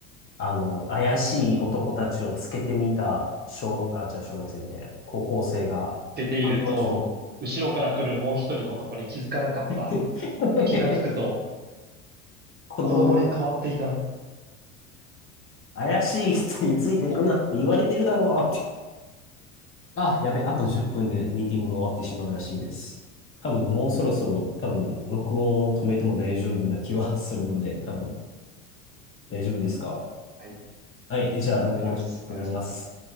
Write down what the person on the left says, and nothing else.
あの、怪しい男たちをつけてみた、小、あ、じゃあ小学生じゃねえ、高校生が、
案の定
<laughs>
子供に、
<laughs> 怪しい人についてくなって言われてるだろう。
あ、やべ、あと10分でミーティングが終わってしまうらしいです。多分もうそろそろ多分録音を止めても大丈夫な気はするので、多分大丈夫ですか
はい、じゃあ録音をちょっと止めます。